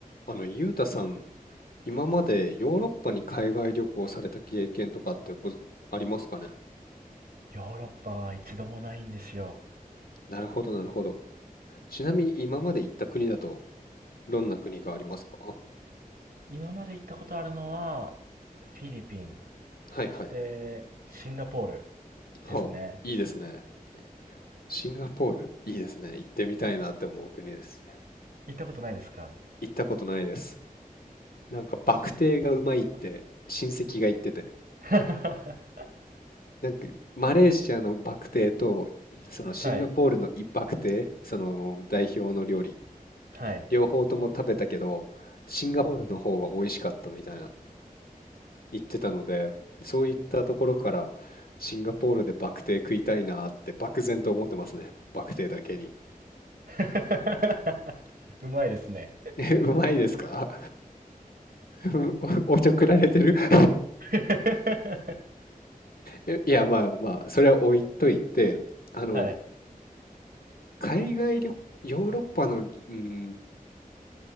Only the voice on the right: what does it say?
ヨーロッパは一度もないんですよ。
今まで行ったことあるのは、フィリピン、
そしてシンガポール
ですね。
行ったことないですか
シンガ
<laughs>、
はい、
はい。
<laughs> うまいですね。
<laughs>
はい。